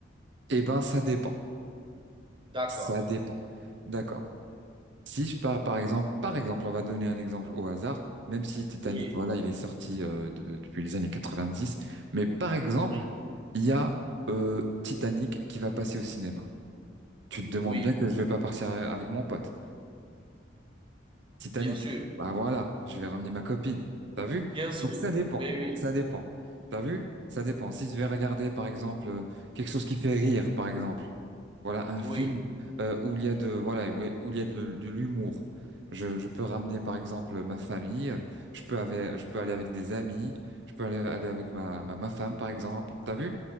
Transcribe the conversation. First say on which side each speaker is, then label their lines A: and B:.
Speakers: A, on the right; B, on the right.
A: Eh ben, ça dépend.
B: D'accord.
A: Ça dépend. D'accord. Si je pars, par exemple, par exemple, on va donner un exemple au hasard, même si Titanic,
B: Oui,
A: voilà, il est sorti euh, de- depuis les années 90. mais par exemple,
B: oui,
A: il y a euh, Titanic qui va passer au cinéma. Tu te demandes
B: oui,
A: bien que je vais pas partir avec mon pote. Titanic.
B: bien sûr,
A: Bah voilà, je vais ramener ma copine. T'as vu?
B: bien sûr.
A: Donc ça dépend.
B: Mais oui,
A: Ça dépend. T'as vu? Ça dépend. Si je vais regarder, par exemple, euh, quelque chose qui fait rire, par exemple. Voilà un
B: oui.
A: film euh, où il y a de voilà où, où il y a de, de l'humour. Je, je peux ramener par exemple ma famille, je peux aller je peux aller avec des amis, je peux aller, aller avec ma, ma, ma femme par exemple. T'as vu?